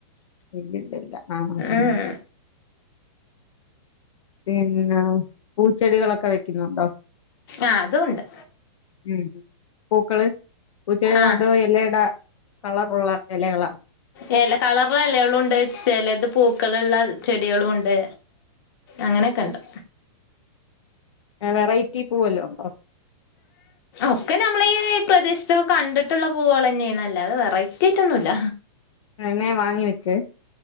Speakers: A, on the left; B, on the left.
A: ഇല്ലില്ല ആ ആ ആഹ്
B: ഉം
A: പിന്നെ പൂച്ചെടികളൊക്കെ വെക്കുന്നുണ്ടോ
B: ആഹ് അതുണ്ട്
A: ഉം പൂക്കള് പൂച്ചെടികൾ
B: ആഹ്
A: അതോ ഇലയുടെ കളറുള്ള ഇലകളാണ്
B: ഇല കളറുള്ള ഇലകളും ഉണ്ട് ചിലത് പൂക്കളുള്ള ചെടികളും ഉണ്ട് അങ്ങനെയൊക്കെ ഉണ്ട്
A: ആ വെറൈറ്റി പൂവല്ലോ ഉണ്ടോ
B: ഒക്കെ നമ്മളീ പ്രദേശത്തൊക്കെ കണ്ടിട്ടുള്ള പൂവള് തന്നെയാണ് അല്ലാതെ വെറൈറ്റി ആയിട്ടൊന്നുമില്ല
A: തന്നെ വാങ്ങിവെച്ച്